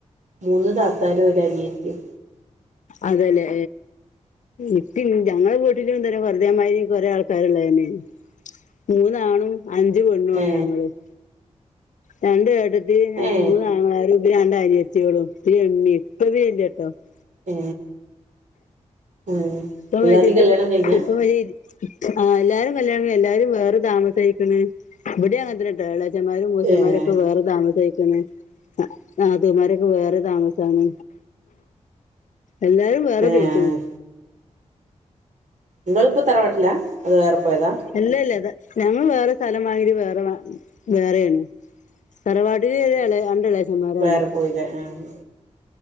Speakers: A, on the right; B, on the left.
A: മൂന്ന് താത്താലും ഒര് അനിയത്തിയു
B: അതെല്ലേ ഇപ്പി ഞങ്ങളെ വീട്ടില് ഇന്തരം പറ അതേമാരീ കൊറെേ ആൾക്കാരണ്ടായിന് മൂന്നാണും അഞ്ച് പെണ്ണു ഒരങ്ങളെയും
A: ഏ
B: രണ്ട് ഏട്ടത്തി ഞാന്
A: ഏ
B: മൂന്നാങ്ങളാരും രണ്ടനിയത്തിയോളും രേമിയേം <unintelligible>
A: ഏ ഉം
B: ഇപ്പൊ
A: എല്ലാരിം
B: വെച്ചിട്ട്
A: കല്യാണം
B: ഇപ്പൊ
A: കഴിഞ്ഞാ
B: ഇപ്പൊ വരേയ് ആഹ എല്ലാരും കല്യാണം എല്ലാരും വേറ താമസയിക്കണ് ഇവിടെ അങ്ങനത്തിനാട്ടോ അച്ച്ചന്മാരും മൂസന്മാരൊക്കെ
A: ഏഹ്
B: വേറെ താമസിക്കുന്നു ആഹാ ത്തുമാരൊക്കെ വേറെ താമസാണ് എല്ലാരും വേറെ
A: ഏഹ്
B: ബെയ്ക്ക്ണു
A: നിങ്ങൾ ഇപ്പോ തറവാട്ടില അത് വേറെ പോയതാ
B: അല്ലെ ലത ഞങ്ങള് വേറെ സ്ഥലം വാങ്ങിട്ട് വേറെ മ വേറെയാണ് തറവാട്ടീല് ഏളെ രണ്ടളേത്തന്മാരാണ്
A: വേറെ പോയില്ലേ ആഹ്